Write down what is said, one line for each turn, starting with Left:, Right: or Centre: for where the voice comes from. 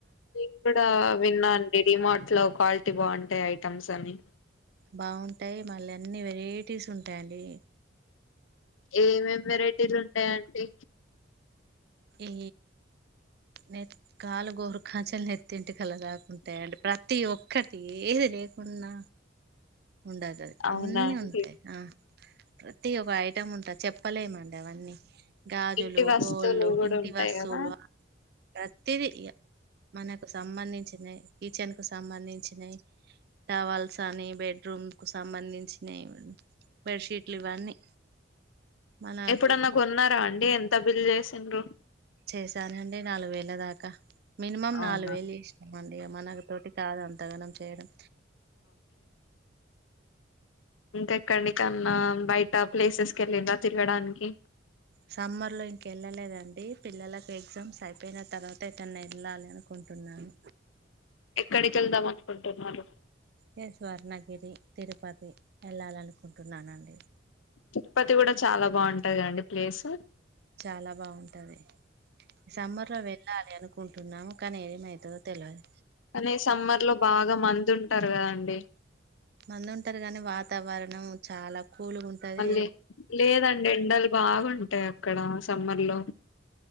Left: నేన్ కూడా విన్నా అండి డిమార్ట్ లో క్వాల్టీ బావుంటాయి ఐటమ్స్ అని
Right: బావుటాయి మళ్ళీ అన్ని వెరైటీస్ ఉంటాయి అండి
Left: ఏమేం వెరైటీలు ఉంటాయి అండి
Right: ఈ నెత్ కాలు గోరు కాంచల్ నెత్తి న్ టికల దాకుంటయి అండి ప్రతి ఒక్కటి ఏది లేకున్నా ఉండద్ దాది
Left: అవునా
Right: అన్నీ
Left: అండి
Right: ఉంటాయి ఆ ప్రతి ఒక ఐటం ఉంటాద్ చెప్పలేమ్మండి అవన్నీ గాజులు
Left: ఇంటి వస్తువులు
Right: గోళ్లు
Left: కూడా
Right: ఇంటి
Left: ఉంటాయి
Right: వస్తువులు
Left: కదా
Right: ప్రత్తిది ఇగ మనకు సంబంధించినాయి కిచెన్కు సంబంధించినాయి టవల్స అని బెడ్రూమ్ కు సంబంధించినేయ్ బెడ్షీట్లు ఇవన్నీ మనకు
Left: ఎప్పుడన్నా కొన్నారా అండి ఎంత బిల్ చేసిండ్రు
Right: చేశానండి నాలుగు వేల దాకా మినిమం
Left: అవునా
Right: నాలుగు వేలు చేస్నమ్మండి ఇగా మన తోటి కాదు అంతగానం చేయడం
Left: ఇంకా ఎక్కడికన్న బైట ప్లేసెస్ కి ఏళ్ళిండ్రా తిర్గడానికి
Right: సమ్మర్లో ఇంకెళ్ళలేదండి పిల్లలకు ఎగ్జామ్స్ అయిపోయిన తర్వాత ఏట్టన్నా ఏళ్ళాలి అనుకుం టున్నాను
Left: ఎక్కడికి వెళ్దాం అనుకుంటున్నారు
Right: ఇగ స్వర్ణగిరి తిరుపతి ఏళ్ళాల్నుకుంటున్నానండి
Left: తిరుపతి కూడా చాలా తగ అండి ప్లేస్సు
Right: చాలా బావుంటది ఈ సమ్మర్లో వెళ్ళాలి అనుకు కుంటున్నాము కాని ఎమైతదో తెల్వది
Left: కని సమ్మర్ లో బాగా మంది ఉంటారు కదండి
Right: మందు ఉంటారు గాని వాతావరణం చాలా కూల్గా ఉంటది
Left: మళ్ళీ లేదం ఎండలు బాగుంటాయి అక్కడ సమ్మర్ లో